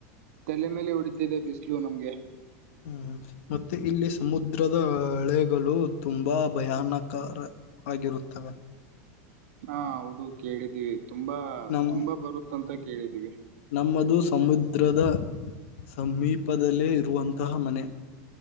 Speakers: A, on the right; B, on the left.
A: ತಲೆ ಮೇಲೆ ಉಡತಿದೆ ಬಿಸಿಲು ನಮ್ಗೆ
B: ಹ್ಮ ಮತ್ತೆ ಇಲ್ಲಿ ಸಮುದ್ರದ ಹಳೆಗಳು ತುಂಬಾ ಭಯಾನಕಾರ ಆಗಿರುತ್ತವೆ
A: ಹಾ ಹೌದು ಕೇಳಿದ್ದೀವಿ ತುಂಬಾ
B: ನಮ್
A: ತುಂಬಾ ಬರುತ್ತಂತ ಕೇಳಿದೀವಿ
B: ನಮ್ಮದು ಸಮುದ್ರದ ಸಮೀಪದಲ್ಲೇ ಇರುವಂತಹ ಮನೆ